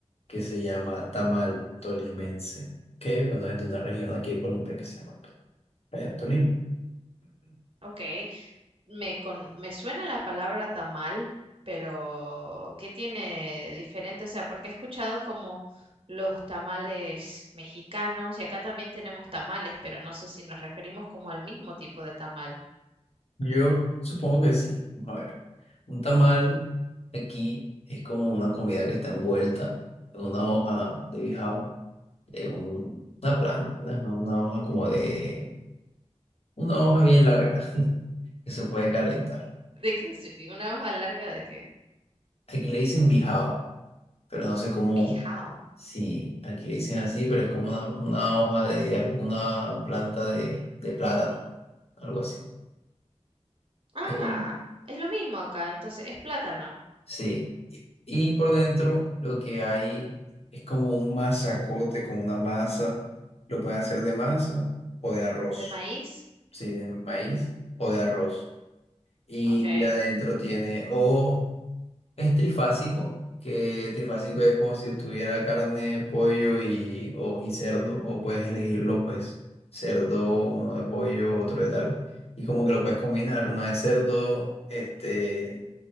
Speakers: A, on the left (about 60°); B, on the right (about 50°).
A: que se llama tamal tolimense, que bueno, es de una región aquí de Colombia que se llama Playa Tolima.
B: Ok, Me, con, me suena la palabra tamal, pero ¿qué tiene diferente? O sea, porque he escuchado como los tamales mexicanos y acá también tenemos tamales, pero no sé si nos referimos como al mismo tipo de tamal.
A: Yo supongo que sí. Vamos a ver. Un tamal aquí es como una comida que está envuelta en una hoja de bijao, de un- una
B: Ajá.
A: planta, una, una hoja como de, una hoja bien larga <laughs> que se puede calentar.
B: De que sí, una hoja larga de que
A: Aquí le dicen bijao. pero no sé cómo,
B: bijao.
A: si aquí le dicen así, pero es como una, una hoja de alguna planta de, de plátano, algo así.
B: Ah,
A: Eh,
B: es lo mismo acá, entonces es plátano
A: sí, y por dentro lo que hay es como un masacote, como una masa, lo pueden hacer de masa o de arroz,
B: de maíz.
A: sí, de maíz o de arroz. Y
B: Ok,
A: adentro tiene o Es trifásico, que trifásico es como si tuviera carne, pollo y, o, y cerdo, o puedes elegirlo, pues, cerdo, uno de pollo, otro de tal. Y como que lo puedes combinar, uno de cerdo, este,